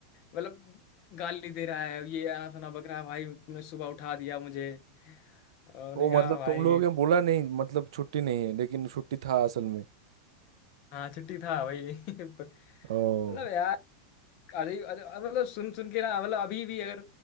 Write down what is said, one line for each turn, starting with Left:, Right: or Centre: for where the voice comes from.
Left: मतलब गाली दे रहा है ये आना सुना बकरा भाई तुमने सुबह उठा दिया मुझे और उन्होंने
Right: वो
Left: कहा
Right: मतलब
Left: भाई
Right: तुम लोगों ने बोला नहीं मतलब छुट्टी नहीं है लेकिन छुट्टी था असल में
Left: हाँ छुट्टी था भाई <laughs> मतलब
Right: ओ
Left: यार अजीब अजीब- मतलब सुन सुन के ना मतलब अभी भी अगर